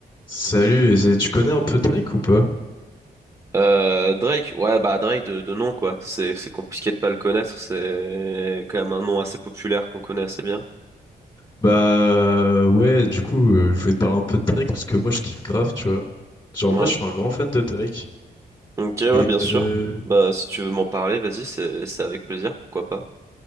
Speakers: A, on the left; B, on the right.
A: Salut, et tu connais un peu Drake ou pas?
B: Euh, Drake, ouais, bah Drake de, de nom, quoi. C'est, c'est compliqué de pas le connaître. C'est quand même un nom assez populaire qu'on connaît assez bien.
A: Bah ouais, du coup, euh, je voulais te parler un peu de Drake parce que moi je kiffe grave, tu vois. Genre
B: Ouais.
A: en vrai, je suis un grand fan de Drake.
B: Ok, ouais,
A: Et
B: bien sûr.
A: euh,
B: Bah, si tu veux m'en parler, vas-y, c'est, c'est avec plaisir, pourquoi pas.